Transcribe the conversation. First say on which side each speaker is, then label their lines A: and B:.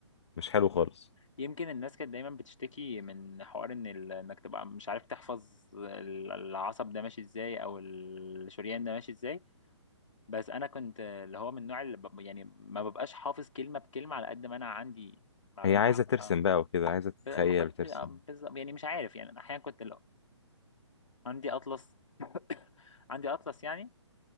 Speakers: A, on the left; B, on the left.
A: مش حلو خالص
B: يمكن الناس كانت دايما بتشتكي من حوار ان ال... انك تبقى مش عارف تحفظ ال- العصب ده ماشي ازاي او الشريان ده ماشي ازاي بس انا كنت اللي هو من النوع اللي ب... يعني ما ببقاش حافظ كلمة بكلمة على قد ما انا عندي معلومات
A: هي عايزة
B: عامة
A: ترسم
B: اه
A: بقى وكده عايزة تتخيل
B: ب... ما كنت
A: وترسم
B: آه، بالظبط يعني مش عارف يعني أنا احيانا كنت لو عندي اطلس <coughs> عندي اطلس يعني